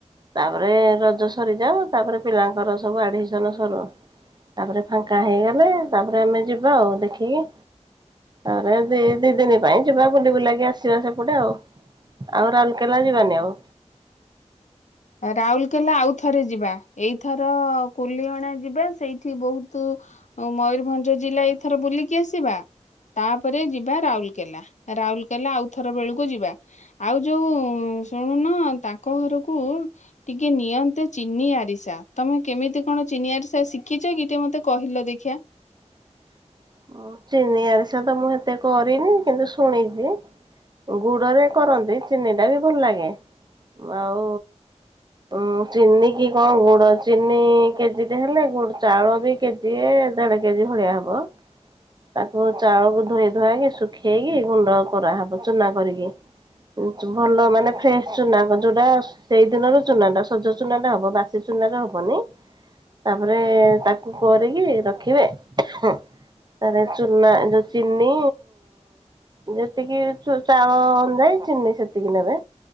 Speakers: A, on the right; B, on the left.
A: ତାପରେ ରଜ ସରିଯାାଉ ତାପରେ ପିଲାଙ୍କର ସବୁ ଆଡମିସନ ସରୁ ତାପରେ ଫାଙ୍କା ହେଇଗଲେ ତାପରେ ଆମେ ଯିବା ଆଉ ଦେଖିକି ଆରେ ଦି ଦି ଦିନ ପାଇଁ ଯିବା ବୁଲିିବୁଲାଗି ଆସିବା ସେପଟେ ଆଉ ଆଉ ରାଲକେଲା ଯିବାନି ଆଉ
B: ରାଉରକେଲା ଆଉ ଥରେ ଯିବା ଏଇଥର କୁଲିଅଣା ଯିବା ସେଇଠି ବହୁତ ମୟୂରଭଞ୍ଜ ଜିଲ୍ଲା ଏଥର ବୁଲିକି ଆସିବା ତାପରେ ଯିବା ରାଉରକେଲା ରାଉରକେଲା ଆଉ ଥର ବେଳକୁ ଯିବା ଆଉ ଯୋଉ ଶୁଣୁନ ତାଙ୍କ ଘରକୁ ଟିକେ ନିଅନ୍ତେ ଚିନି ଆରିସା ତମେ କେମିତି କଣ ଚିନି ଆରିସା ଶିଖିଛ କି ଟିକେ ମତେ କହିଲେ ଦେଖିିବା
A: <inaudible> ଚିନି ଆରିଷ ତ ମୁଁ ଏତେ କରିନି କିନ୍ତୁ ଶୁଣିଛି ଗୁଡରେ କରନ୍ତି ଚିନି ଟା ବି ଭଲ ଲାଗେ ଆଉ ଉଁ ଚିନି କି କଣ ଗୁଡ ଚିନି କେଜିରେ ହେଲୋଡ ଚାଉଳ ବି କେଜି ଦେଢ଼ କେଜି ଭଳିଆ ହବ ତାକୁ ଚାଉଳକୁ ଧୋଇ ଧୁଆକି ଶୁଖେଇକି ଗୁଣ୍ଡ କରାହେବ ଚୁନା କରିକି ଭଲ ମାନେ ଫ୍ରେଶ ଚୁନା ଯୋଉଟା ସେଇ ଦିନରୁ ଚୁନା ଟା ସଜ ଚୁନା ଟା ହବ ବାସିଚ ଚୁନାରେ ର ହବନି ତାପରେ ତାକୁ କରିକି ରଖିବେ ତାହେଲେ ଚୁନା ଯୋଉ ଚିନି ଯେତିକି ଚୁ ଚାଉଳ ଅନୁଯାୟୀ ଚି ଚିନି ସେତିକି ନେବେ।